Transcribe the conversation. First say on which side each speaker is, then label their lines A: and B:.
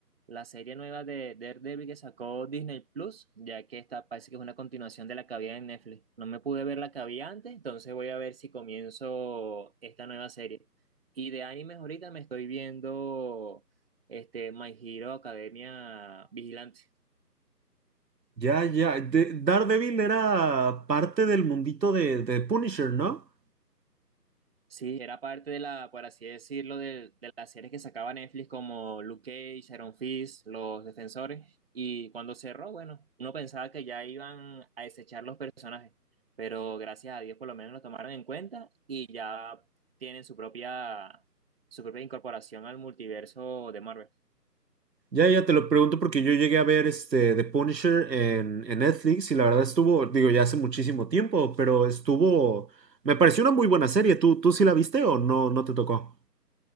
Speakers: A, on the right (about 35°); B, on the right (about 85°).
A: la serie nueva de Daredevil que sacó Disney Plus, ya que esta parece que es una continuación de la que había en Netflix. No me pude ver la que había antes, entonces voy a ver si comienzo esta nueva serie. Y de animes ahorita me estoy viendo este, My Hero Academia Vigilante.
B: Ya, ya. De- Daredevil era parte del mundito de, de Punisher, ¿no?
A: Sí, era parte de la, por así decirlo, de, de las series que sacaba Netflix como Luke Cage, Iron Fist, Los Defensores. Y cuando cerró, bueno, uno pensaba que ya iban a desechar los personajes, pero gracias a Dios por lo menos lo tomaron en cuenta y ya tienen su propia, su propia incorporación al multiverso de Marvel.
B: Ya, ya te lo pregunto porque yo llegué a ver este The Punisher en, en Netflix y la verdad estuvo, digo, ya hace muchísimo tiempo, pero estuvo, me pareció una muy buena serie. ¿Tú, tú sí la viste o no, no te tocó?